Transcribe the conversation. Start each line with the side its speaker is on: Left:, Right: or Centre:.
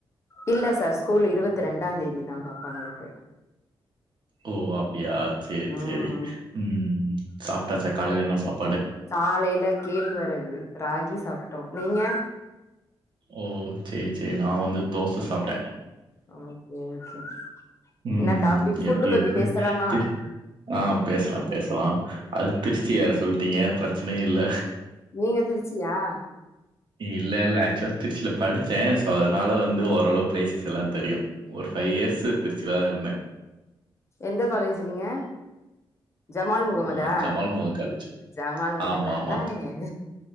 Left: இல்ல சார் ஸ்கூல் இருவத்தி ரெண்டாம் தேதி தா பாப்பாங்களுக்கு
Right: ஓ அப்டியா சேரி
Left: ம்
Right: சேரி ம் சாப்ட்டாச்சா காலையிலா என்னா சாப்
Left: காலையில கேழ் வரகு ராகி சாப்ட்டோ நீங்க
Right: ஓ சேரி சேரி நா வந்து தோச சாப்ட்டே
Left: ஓகே ஓகே
Right: ம்.
Left: ன்னா டாபிக் ஃபுட்டு
Right: எப்படி
Left: பத்தி
Right: இருக்கு?
Left: பேசலாமா
Right: தி ஆ பேசலா பேசலா அது திருச்சி வேற சொல்லிட்டீங்க பிரச்சனையே இல்ல
Left: நீங்க திருச்சியா
Right: இல்ல இல்ல ஆக்சுவலா திருச்சியில படிச்சே ஸோ அதனால வந்து ஓரளவு பிளேசஸ் எல்லா தெரியு ஒரு ஃபைவ் இயர்ஸ் திருச்சிலதா இருந்தே
Left: எந்த காலேஜ் நீங்க ஜமால் முகமதா
Right: நான் ஜமால் முஹமது காலேஜ்.
Left: ஜமால் முகமது
Right: ஆமா,
Left: அதாங்கே
Right: ஆமா.